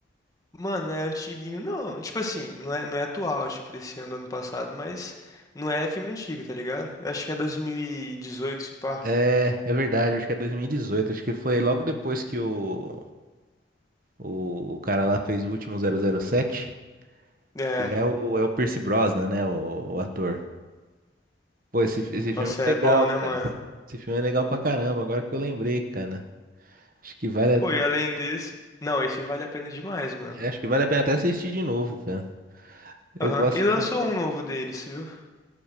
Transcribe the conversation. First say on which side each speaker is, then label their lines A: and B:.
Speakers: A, on the left; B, on the right.
A: mano, é antiguinho. Não, tipo assim, não é, não é atual, tipo, desse ano, do ano passado, mas não é filme antigo, tá ligado? Eu acho que é 2018 se pá.
B: É, é verdade, acho que é dois mil e dezoito Acho que foi logo depois que o, o, o cara lá fez o último zero zero sete
A: É.
B: E é o, é o Pierce Brosnan, né? O, o ator. Pô, esse, fi- esse filme
A: Nossa, é
B: é legal,
A: bom, né, mano?
B: cara. Esse filme é legal pra caramba, agora que eu lembrei, cara. Acho que vale
A: Pô,
B: a,
A: e além desse. Não, esse vale a pena demais, mano.
B: é, acho que vale a pena até assistir de novo, cara. Eu
A: Aham.
B: gosto.
A: E lançou
B: Eu,
A: um novo deles, viu?